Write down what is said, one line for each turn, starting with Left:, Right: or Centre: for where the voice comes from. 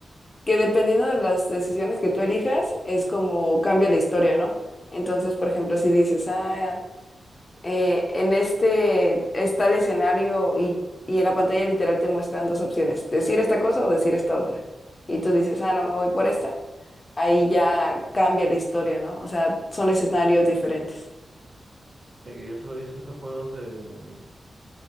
Left: que dependiendo de las decisiones que tú elijas, es como cambia la historia, ¿no? Entonces, por ejemplo, si dices, ah, eh, en este está el escenario y, y en la pantalla literal te muestran dos opciones, decir esta cosa o decir esta otra. Y tú dices, ah, no, me voy por esta ahí ya cambia la historia, ¿no? O sea, son escenarios diferentes.
Right: Mira que yo solo he visto esos juegos en,